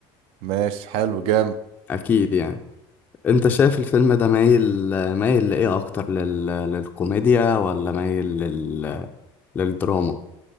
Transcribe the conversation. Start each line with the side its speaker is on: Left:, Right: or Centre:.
Right: ماشي حلو جامد
Left: اكيد يعني انت شايف الفيلم ده مايل مايل لايه اكتر لل... للكوميديا ولا مايل لل... للدراما